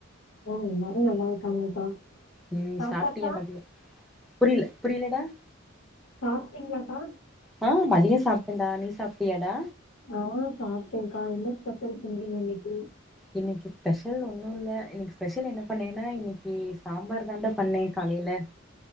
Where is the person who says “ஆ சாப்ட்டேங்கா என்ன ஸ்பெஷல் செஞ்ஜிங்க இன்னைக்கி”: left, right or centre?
Left